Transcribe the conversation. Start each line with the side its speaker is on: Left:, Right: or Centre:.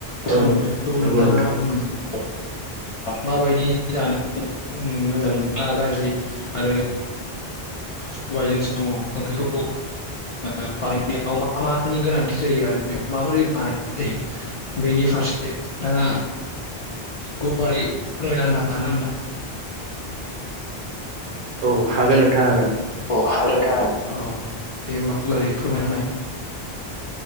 Left: साम'ख्रिखौ
Right: ओं
Left: नोंथाङा
Right: नंगौ नोंथां
Left: मोनसे माबायदि जानो मोजां मोना गाज्रि आरो सबायजों साम' ओंख्रिखौ बानायनायाव मा मानि गोनांथि जायो आरो बेखौ माबोरै बानायनाय जायो बेनि फारसे नोंथाङा गुवारै फोरमायना हागोना नोंथां
Right: औ हागोन नोंथां हागोन
Left: औ हागोन नोंथां हागोन औ दे होमबा गुवारै फोरमायना होनाय